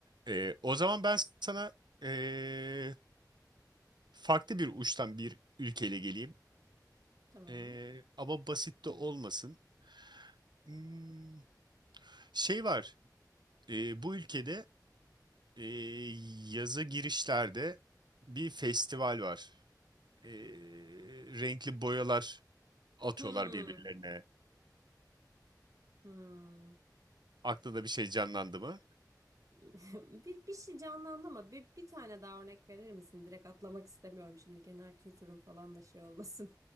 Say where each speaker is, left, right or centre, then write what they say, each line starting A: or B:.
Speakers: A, on the right; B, on the right.
A: Ee, o zaman ben sana ee, farklı bir uçtan bir ülkeyle geleyim.
B: Tamam.
A: Ee, ama basit de olmasın. Hmm, şey var. ee, bu ülkede ee, yazı girişlerde bir festival var. Ee, renkli boyalar atıyorlar
B: Hmm.
A: birbirlerine.
B: Hmm.
A: Aklında bir şey canlandı mı?
B: <laughs> Bir, bir şey canlandı ama bir, bir tane daha örnek verir misin? Direkt atlamak istemiyorum şimdi genel kültürün falan da şey olmasın.